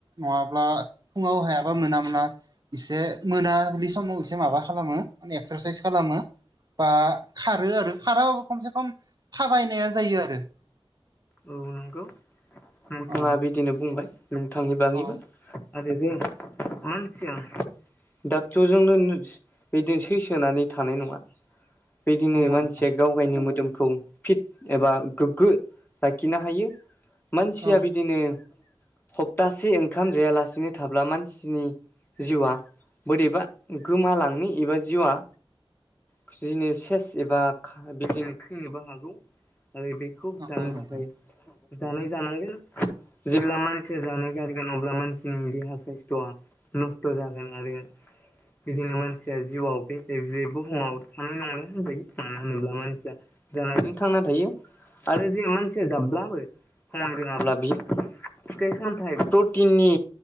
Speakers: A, on the right; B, on the left.
A: नङाब्ला फुङाव हाय माबा मोना मोना एसे मोनाबलि समाव एसे माबा खालामो माने एक्सारसाइस खालामो बा खारो आरो खाराबाबो खमसे खम थाबायनाया जायो आरो
B: औ नंगौ नोंथाङा
A: औ
B: बिदिनो बुंबाय नोंथांनि बागैबो
A: औ
B: आरो मानसिया ड'क्टरजोंनो बिदिनो सैसोनानै थानाय नङा बिदिनो
A: नंगौ
B: मानसिया
A: नोंथां
B: गाव गायनि मोदोमखौ फिट एबा गोग्गो लाखिनो हायो मानसिया
A: औ
B: बिदिनो खप्तासे ओंखाम जायालासिनो थाब्ला मानसिनि जिउआ बोरैबा गोमालांनि एबा जिउआ बिदिनो सेस एबा बिदिनो थैनोबो हागौ आरो बे खुब
A: नंगौ
B: जानो
A: नोंथां
B: थाखाय जानो जानांगोन जेब्ला मानसिया जानो गारगोन अब्ला मानसिनि देहा खस्तआ नस्थ जागोन ना बे। बिदिनो मानसिया जिउआव बेसे बे बुहुमाव थानाय नङानो होनजायो मानो होनोब्ला मानसिया जानायजों थांना थायो आरो जे मान सोजाबब्लाबो समान रोंयाब्ला बियो फिथाय सामथाय प्रटिननि